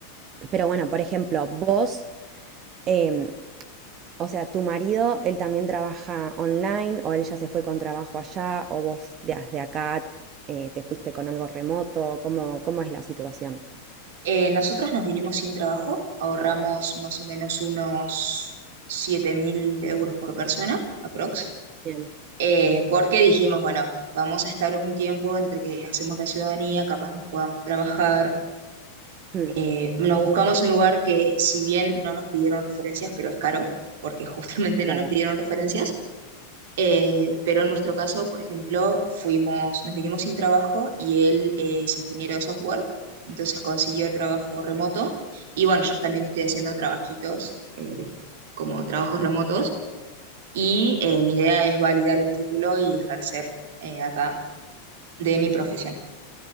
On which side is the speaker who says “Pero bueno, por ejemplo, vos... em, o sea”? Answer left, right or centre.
Right